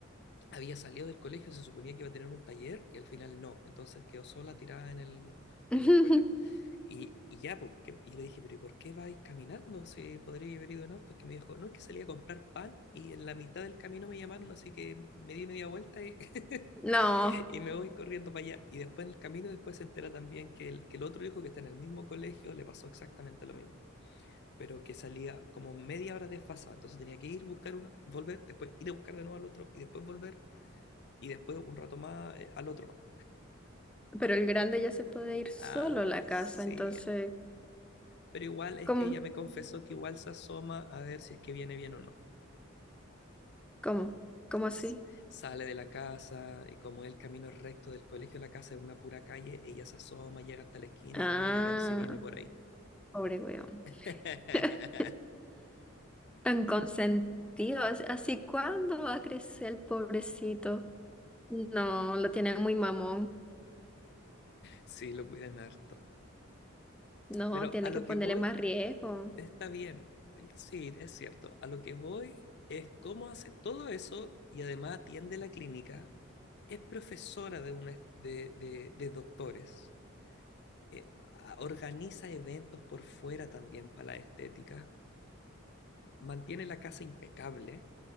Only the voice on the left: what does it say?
había salido del colegio, se suponía que iba a tener un taller y al final no. Entonces quedó sola tirada en el,
en la escuela. Y, y ya, po, ¿qué? y le dije, pero ¿y por qué vais caminando si podría haber ido en auto? Es Que me dijo, no, es que salí a comprar pan y en la mitad del camino me llamaron, así que me di media vuelta y, <laughs>
y me voy corriendo para allá. Y después en el camino, después se entera también que el, que el otro hijo que está en el mismo colegio le pasó exactamente lo mismo, pero que salía como media hora desfasado, entonces tenía que ir, buscar uno, volver, después ir a buscar de nuevo al otro y después volver y después un rato más eh, al otro más.
Ah,
sí,
el- pero igual es
que ella me confesó que igual se asoma a ver si es que viene bien o no.
S- Sale de la casa y como el camino es recto del colegio a la casa es una pura calle, ella se asoma, llega hasta la esquina
y ve a ver si viene por ahí.
<laughs>
Sí, lo cuidan harto.
Pero
a lo
que voy
Está bien, sí, es cierto. A lo que voy es cómo hace todo eso y además atiende la clínica. Es profesora de, una, de, de- de doctores. eh, a- organiza eventos por fuera también para la estética. Mantiene la casa impecable